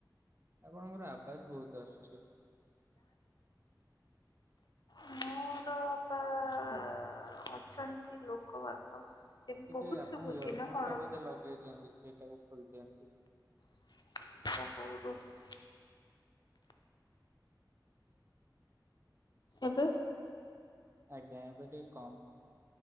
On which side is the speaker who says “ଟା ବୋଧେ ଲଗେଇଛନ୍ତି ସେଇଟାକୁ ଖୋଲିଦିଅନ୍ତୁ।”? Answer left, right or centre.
Right